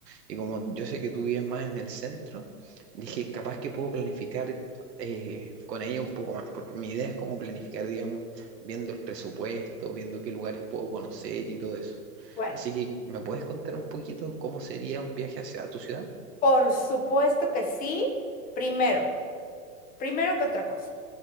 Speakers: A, on the right; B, on the left.
A: Y como yo sé que tú vives más en el centro, dije, capaz que puedo planificar eh, con ella un poco más. por- Mi idea es cómo planificar, digamos, viendo el presupuesto, viendo qué lugares puedo conocer y todo eso.
B: Bueno,
A: Así que, ¿me puedes contar un poquito cómo sería un viaje hacia tu ciudad?
B: por supuesto que sí. Primero, primero que otra cosa,